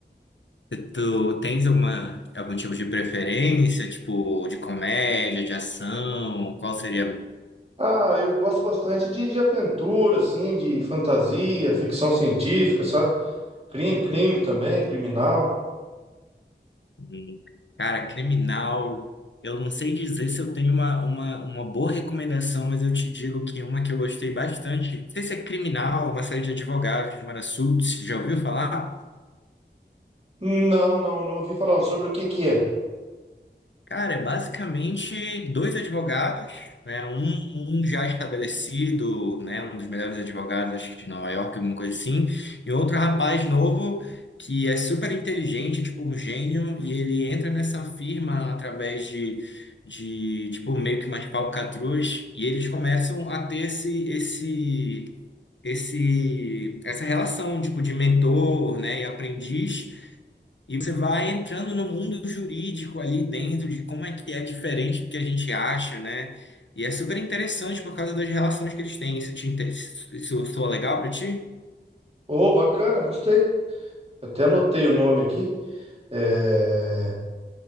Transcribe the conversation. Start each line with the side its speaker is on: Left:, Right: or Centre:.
Left: Tu tu tens alguma, algum tipo de preferência, tipo, de comédia, de ação? Qual seria?
Right: Ah, eu gosto bastante de, de aventura, assim, de fantasia, ficção científica, sabe? Crime, crime também, criminal.
Left: Hum, Cara, criminal. Eu não sei dizer se eu tenho uma, uma, uma boa recomendação, mas eu te digo que uma que eu gostei bastante. Não sei se é criminal, uma série de advogados chamada Suits, já ouviu falar?
Right: Não, não, eu não ouvi falar sobre o que que é.
Left: Cara, é basicamente dois advogados, né? Um, um já estabelecido, né? Um dos melhores advogados, acho que de Nova York, alguma coisa assim, e outro rapaz novo que é super inteligente, tipo um gênio, e ele entra nessa firma através de, de tipo, meio que umas falcatruas, e eles começam a ter esse, esse, esse, essa relação, tipo, de mentor, né? E aprendiz. E você vai entrando no mundo jurídico ali dentro de como é que é diferente do que a gente acha, né? E é super interessante por causa das relações que eles têm. Isso te interessa, isso soa legal pra ti?
Right: Ô, bacana, gostei. Até anotei o nome aqui. É,